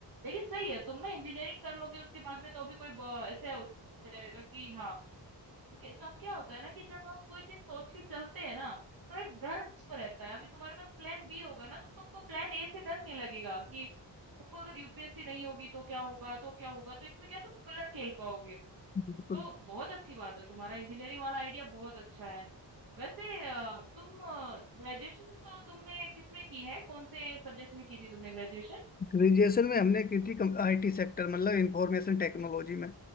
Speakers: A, on the right; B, on the left.
A: लेकिन सही है तुम ना इंजीनियरिंग कर लोगे उसके बाद में तो भी कोई ब- ऐसे हो जाएगा कि हाँ क्योंकि तब क्या होता है ना कि जब हम कोई चीज सोच के चलते हैं ना तो एक डर पर रहता है अभी तुम्हारे पास प्लान बी होगा ना तो तुमको प्लान ए से डर नहीं लगेगा कि तुमको अगर यूपीएससी नहीं होगी तो क्या होगा तो क्या होगा तो इसमें क्या तुम खुला खेल पाओगे
B: बिल्कुल
A: तो बहुत अच्छी बात है तुम्हारा इंजीनियरिंग वाला आइडिया बहुत अच्छा है वैसे अ, तुम ग्रेजुएशन तो तुमने किसमें की है कौन से सब्जेक्ट में की थी तुमने ग्रेजुएशन
B: ग्रेजुएशन में हमने की थी आईटी सेक्टर मतलब इंफॉर्मेशन टेक्नोलॉजी में